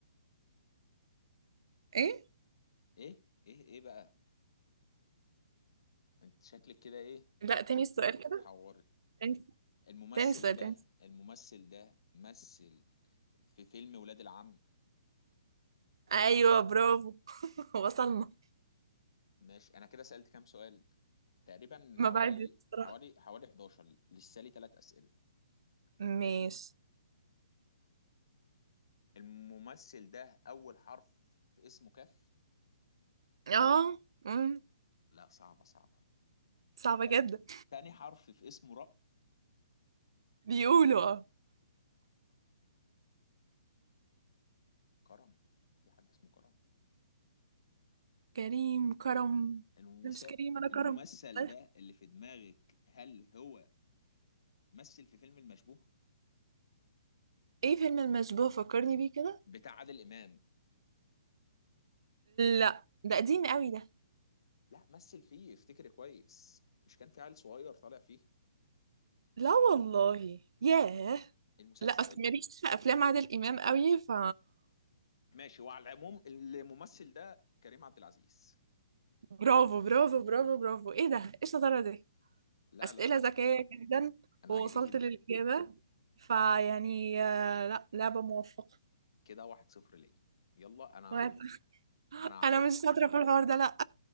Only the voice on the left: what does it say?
ايه ايه ايه بقى انت شكلك كده ايه
هتحوري
الممثل
ده
الممثل ده مثل في فيلم ولاد العم
ماشي انا كده سألت كام سؤال تقريبا
حوالي
حوالي حوالي 11 لسه لي ثلاث أسئلة ماشي
الممثل ده اول حرف في اسمه كاف
لا صعبة صعبة
طب
تاني حرف في اسمه راء
كرم في حد اسمه كرم
المسا...
الممثل
ده اللي في دماغك هل هو مثل في فيلم المشبوه
بتاع عادل إمام
لا مثل فيه افتكر كويس مش كان في عيل صغير طالع فيه
المسلسل
ماشي وعلى العموم الممثل ده كريم عبد العزيز
لا
لا لا
انا
عاجبك جدا
كده واحد صفر ليا يلا انا
هحط
انا هحط